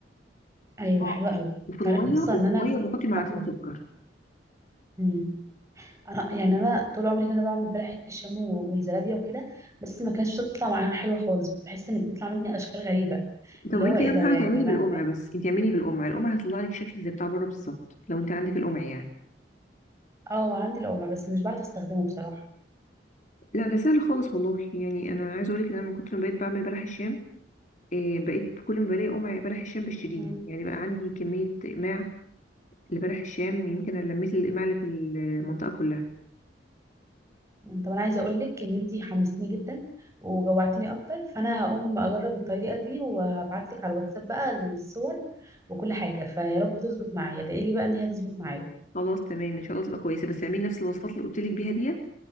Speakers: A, on the right; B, on the left.
A: ايوه
B: آه.
A: حلو قوي
B: وفي
A: تعرفي
B: الميه
A: اصلا
B: وفي
A: ان انا
B: الميه
A: كنت
B: بحطي
A: دايخة
B: معلقتين
A: على
B: سكر
A: الطريقة. انا يعني انا طول عمري انا بعمل بلح الشام و- والزلابيه وكده بس ما كانتش بتطلع معايا حلوه خالص بحس ان بتطلع مني اشكال غريبه
B: طب
A: اللي هو
B: انت
A: ايه
B: اهم
A: ده يا
B: حاجه تعملي
A: جماعه
B: بالقمع بس انت اعملي بالقمع القمع هيطلع لك شكل زي بتاع بره بالظبط لو انت عندك القمع يعني
A: اه عندي القمع بس مش بعرف استخدمه بصراحه
B: لا ده سهل خالص والله يعني انا عايزه اقول لك ان انا من كتر ما بقيت بعمل بلح الشام إيه بقيت كل ما بلاقي قمع بلح الشام بشتريه
A: مم.
B: يعني بقى عندي كميه اقماع لبلح الشام يمكن انا لميت الاقماع اللي في المنطقه كلها
A: طب انا عايزه اقول لك ان انتي حمستني جدا وجوعتني اكتر فانا هقوم اجرب الطريقه دي وهبعت لك على الواتساب بقى الصور وكل حاجه فيا رب تظبط معايا ادعي لي بقى ان هي تظبط معايا
B: خلاص تمام ان شاء الله تبقى كويسه بس اعملي نفس الوصفات اللي قلت لك بيها ديت